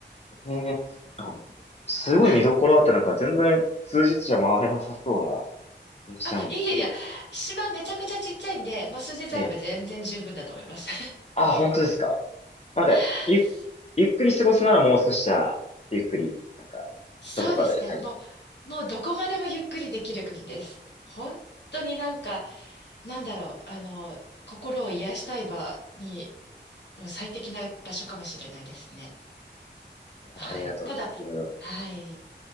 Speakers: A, on the left (about 35°); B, on the left (about 65°).
A: えなんか、すごい見どころあって、
B: はい。
A: なんか全然数日じゃ回れなさそうな気もしちゃうんですけど。
B: あ、いやいやいや、島めちゃくちゃちっちゃいんで、もう数日あれば全然十分だと思います。
A: ええ。あ、本当ですか。なんか、
B: <laughs>
A: ゆ、ゆっくり過ごすならもう少しじゃあ、ゆっくり、なんか、
B: そうですね。
A: どこかで滞在。
B: もう、もうどこまでもゆっくりできる国です。本当になんか、なんだろう、あの、心を癒したい場に、もう最適な場所かもしれないですね。
A: いやありがとうございます。
B: はい。ただ、
A: いろいろ。
B: はい。